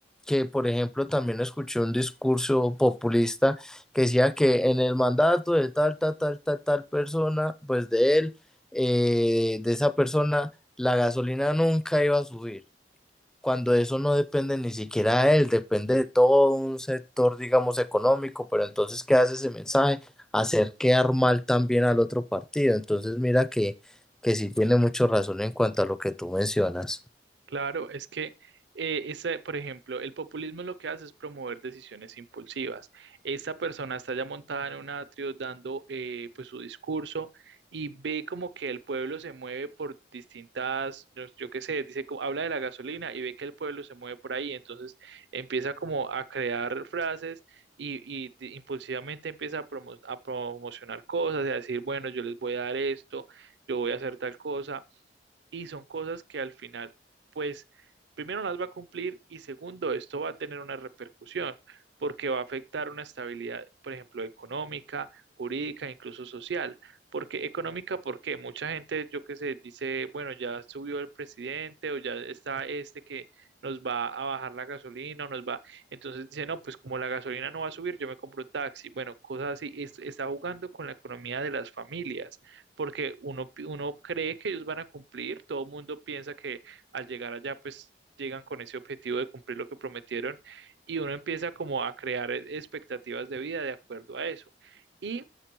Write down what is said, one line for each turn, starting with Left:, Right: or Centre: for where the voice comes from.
Centre: que por ejemplo también escuché un discurso populista que decía que en el mandato de tal, tal, tal, tal, tal persona, pues de él eh, de esa persona, la gasolina nunca iba a subir, cuando eso no depende ni siquiera de él, depende de todo un sector, digamos, económico, pero entonces, ¿qué hace ese mensaje? Hacer quedar mal también al otro partido. Entonces, mira que, que sí tiene mucho razón en cuanto a lo que tú mencionas.
Right: Claro, es que, eh, esa- por ejemplo, el populismo lo que hace es promover decisiones impulsivas. Esta persona está ya montada en un atrio dando eh, pues su discurso y ve como que el pueblo se mueve por distintas, yo, yo qué sé, dice, como- habla de la gasolina y ve que el pueblo se mueve por ahí, entonces empieza como a crear frases y, y de- impulsivamente empieza a, promo- a promocionar cosas y a decir, bueno, yo les voy a dar esto, yo voy a hacer tal cosa y son cosas que al final, pues, primero no las va a cumplir y segundo, esto va a tener una repercusión porque va a afectar una estabilidad, por ejemplo, económica, jurídica, incluso social. Porque económica, porque mucha gente, yo qué sé, dice, bueno, ya subió el presidente o ya está este que nos va a bajar la gasolina o nos va, entonces dice, no, pues como la gasolina no va a subir, yo me compro un taxi. Bueno, cosas así, Es- está jugando con la economía de las familias porque uno, pi- uno cree que ellos van a cumplir, todo el mundo piensa que al llegar allá, pues llegan con ese objetivo de cumplir lo que prometieron y uno empieza como a crear eh, expectativas de vida de acuerdo a eso. Y